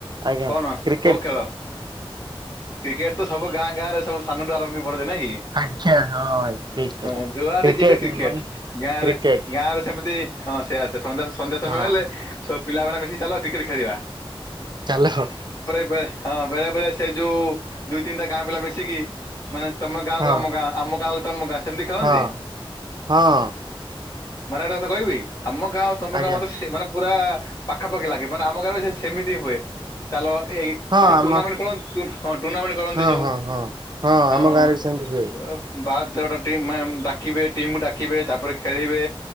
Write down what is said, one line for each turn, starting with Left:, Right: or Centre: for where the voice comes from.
Right: ଆଜ୍ଞା।
Left: କଣ
Right: କ୍ରି
Left: କୋଉ ଖେଳ କ୍ରିକେଟ ତ ସବୁ ଗାଁ ଗାଁ ରେ ସବୁ ସାନଠୁ ଆରମ୍ଭ ବଢୁଏ ନାଇ କି
Right: ଆଜ୍ଞା ହଁ ଭାଇ ଠିକ କଥା
Left: ହଁ ଯୁଆଡେ ଯିବେ କ୍ରିକେଟ
Right: ମାନେ
Left: ଗାଁରେ
Right: କ୍ରିକେଟ
Left: ଗାଁ ରେ ସେମିତି ହଁ ସେ ଆସେ ସନ୍ଧ୍ୟା ସନ୍ଧ୍ୟା ସମୟ
Right: ହଁ।
Left: ହେଲେ ସବୁ ପିଲାମାନେ ମିଶି ଚାଲ କ୍ରିକେଟ ଖେଳିବା।
Right: ଚାଲ ହ-
Left: ଳେ ହଁ ବେଳେ ବେଳେ ସେ- ଯୋଉ ଦୁଇ ତିନିଟା ଗାଁ ପିଲା ମିଶିକି ମାନେ ତମ ଗାଁ
Right: ହଁ
Left: କୁ ଆମ ଗାଁ ଆମ ଗାଁକୁ ତମ ଗାଁ- ସେମିତି ଖେଳନ୍ତି
Right: ହଁ ହଁ
Left: ମାନେ ଗୋଟେ କଥା କହିବି ଆମ ଗାଁ- ତମ
Right: ଆଜ୍ଞା
Left: କ ମତେ ସେ ମାନେ ପୁରା ପାଖାପାଖି ଲାଗେ ମାନେ ଆମ କାରେ ସେ ସେମିତି ହୁଏ ଚାଲ ଏଇ- ମ
Right: ହଁ
Left: ସେ
Right: ଆମ
Left: ଟୁର୍ଣ୍ଣାମେଣ୍ଟ କର ହଁ ଟୁର୍ଣ୍ଣାମେଣ୍ଟ କରନ୍ତି
Right: ହଁ
Left: ଯୋଉ
Right: ହଁ ହଁ ହଁ
Left: ହଁ।
Right: ଆମ ଗାଁରେ ବି ସେମିତି ହୁଏ
Left: ବାର ତେରଟା ଟିମ୍ ଡାକିବେ ଟିମ୍ ଡାକିବେ ତାପରେ ଖେଳିବେ।